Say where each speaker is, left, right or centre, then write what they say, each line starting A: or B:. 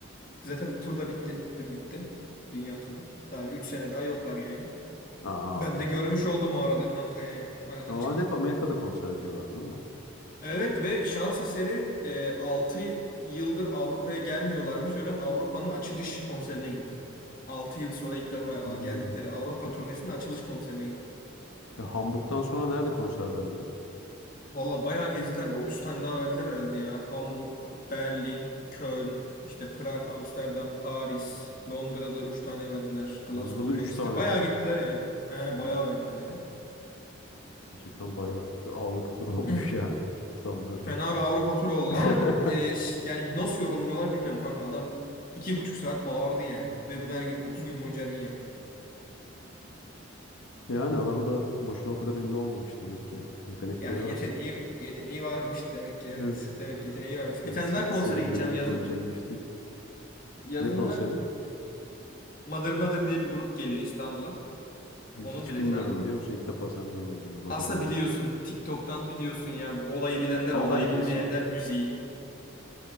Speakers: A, on the left; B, on the left.
A: Zaten tur da bitti. Dün bitti. Dünya turu. Daha 3 sene daha yoklar yani.
B: Aa,
A: Ben
B: anladım.
A: de görmüş oldum o arada kanka yani. Aradan
B: Normalde
A: çıktım.
B: hep Amerika'da konser veriyorlar değil mi?
A: Evet ve şans eseri e, altı yıldır Avrupa'ya gelmiyorlarmış ve ben Avrupa'nın açılış konserine gittim. 6 yıl sonra ilk defa
B: Hmm.
A: geldikleri Avrupa
B: E,
A: turnesinin açılış konserine gittim.
B: e, Hamburg'dan sonra nerede konser verdi?
A: Valla bayağı gezdiler. Bir 30 tane daha verdiler herhalde ya. Hamburg, Berlin, Köln, işte Prag, Amsterdam, Paris, Londra'da 3 tane verdiler. Glasgow,
B: Londra'da 3
A: Manchester.
B: tane
A: Bayağı
B: mi?
A: gittiler yani. He,
B: Oo,
A: bayağı verdiler ya.
B: gerçekten bayağı Avrupa turu
A: <clears throat>
B: <laughs> olmuş yani adamların.
A: Fena bir Avrupa turu oldu
B: <laughs>
A: ama e, ş- yani nasıl yorulmuyorlar bilmiyorum kanka. Adam iki buçuk saat bağırdı yani. Ve bunu her gün 30 gün boyunca her gün yapıyor.
B: Yani adam da boşuna o kadar ünlü olmamış demek ki. Yetenekleri
A: Yani yeteneği
B: var.
A: yeteneği varmış demek ki evet.
B: Evet.
A: Demek ki yeteneği varmış. Bir
B: Ya
A: tane
B: se-
A: daha konsere
B: senin
A: gideceğim
B: benim
A: yazın.
B: yapabileceğim bir iş değil.
A: Yazın
B: Ne konseri?
A: da Mother Mother diye bir grup geliyor İstanbul'a.
B: Hiç
A: Onun biletini
B: bilmiyorum
A: aldım.
B: biliyor musun? İlk defa senden duydum. Mother
A: Aslında
B: Mother.
A: biliyorsun. TikTok'tan biliyorsun ya. Bu olayı bilenler,
B: Ama
A: olayı
B: ben
A: bilmeyenler
B: şey,
A: müziği.